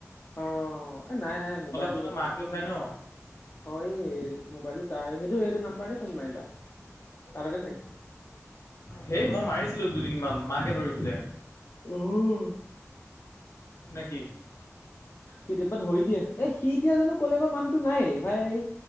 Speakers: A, on the left; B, on the left.
A: অ, এ নাই নাই মোবাইলটো
B: মানে
A: বাৰু
B: মাকে উঠাই ন।
A: অ এই - মোবাইলটো তাই সেইটো সেইটো নাম্বাৰতে ফোন মাৰিবা তালগতে থাকে ‌।
B: সেই মই মাৰিছিলো দুদিনমান মাকে ধৰিছিলে
A: উম
B: নে কি
A: কেতিয়াবা ধৰি দিয়ে এ সি এতিয়া জানো কলে গল মানুহটো নাইয়ে ভাই